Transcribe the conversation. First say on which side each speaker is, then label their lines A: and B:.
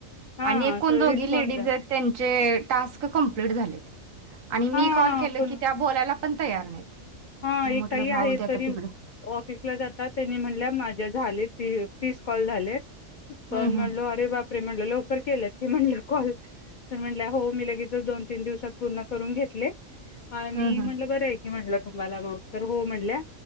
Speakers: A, on the left; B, on the right.
A: हा
B: आणि एक
A: असं
B: कोण दोघी
A: रिस्पॉन्स
B: लेडीज
A: द्या
B: आहेत त्यांचे टास्क कंप्लीट झालेत. आणि मी
A: हा
B: कॉल
A: हा
B: केल
A: कोण
B: की त्या बोलायला पण तयार नाहीत.
A: हा
B: मग
A: एक
B: म्हटलं
A: ताई
B: राहू
A: आहे
B: दे आता
A: तरी
B: तिकडं.
A: ऑफिसला जातात त्यांनी म्हणल्या माझ्या झाले ते तीस कॉल झालेत. पण
B: हं, हं.
A: म्हणलो अरे बापरे! म्हणल लवकर केलंत की म्हणल कॉल तर म्हणल्या हो मी लगेचच दोन तीन दिवसात पूर्ण करून घेतले. आणि
B: हं,
A: म्हटलं
B: हं.
A: बरंय मी म्हटलं तुम्हाला मग तर हो म्हणल्या.